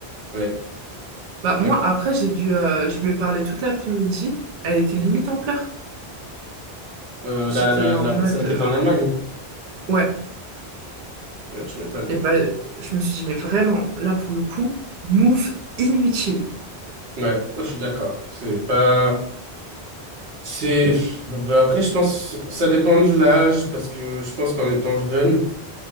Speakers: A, on the right; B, on the right.
A: Ouais,
B: Bah
A: je suis
B: moi
A: d'accord.
B: après j'ai dû euh, je lui ai parlé toute l'après-midi, elle était limite en pleurs.
A: Euh,
B: J'étais
A: la, la,
B: en
A: la
B: mode
A: personne
B: euh,
A: qui est en Allemagne,
B: ouais,
A: bah, tu m'étonnes.
B: et ben je me suis dit mais vraiment là pour le coup, move inutile.
A: Ouais, oh, je suis d'accord. C'est pas, c'est, bah, après, je pense, ça dépend de l'âge, parce que je pense qu'en étant jeune,